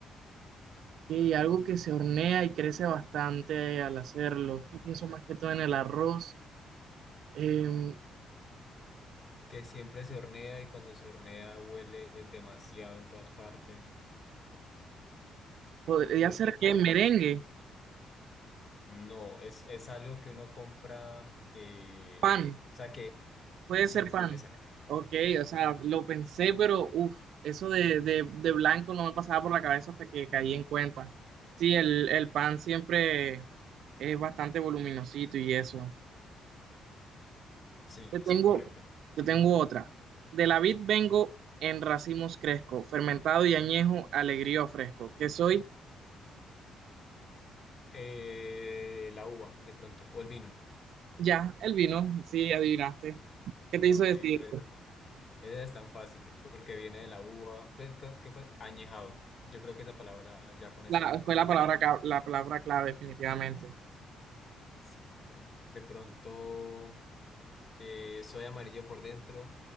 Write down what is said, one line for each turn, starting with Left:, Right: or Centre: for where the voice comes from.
Right: Ok, algo que se hornea y crece bastante al hacerlo. Es que pienso más que todo en el arroz. Em,
Left: Que siempre se hornea y cuando se hornea huele demasiado en todas partes,
Right: podría
Left: que
Right: ser
Left: se compra.
Right: qué merengue.
Left: No, es, es algo que uno compra, eh,
Right: Pan,
Left: o sea, que
Right: puede
Left: sí,
Right: ser pan.
Left: exacto.
Right: Ok, o sea, lo pensé, pero uff, eso de, de, de blanco no me pasaba por la cabeza hasta que caí en cuenta. Sí, el, el pan siempre es bastante voluminosito y eso.
Left: Sí,
Right: Te tengo,
Left: sí, correcto.
Right: te tengo otra. De la vid vengo en racimos cresco, fermentado y añejo, alegría fresco Que soy
Left: Eh, la uva, de pronto, o el vino.
Right: ya el vino, sí, adivinaste. ¿Qué te
Left: Ok,
Right: hizo decir?
Left: pero es- Esas están fáciles, porque viene de la uva, pues, ¿qué qué fue? Añejado. Yo creo que esa palabra ya con eso,
Right: La- fue
Left: añejado.
Right: la palabra, ca- la palabra clave, definitivamente.
Left: Sí, correcto. De pronto, eh, soy amarillo por dentro